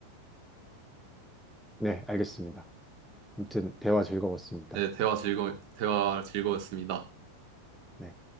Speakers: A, in the centre; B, on the right.
A: 네, 알겠습니다. 아무튼 대화 즐거웠습니다.
B: 네, 대화 즐거, 대화 즐거웠습니다.
A: 네.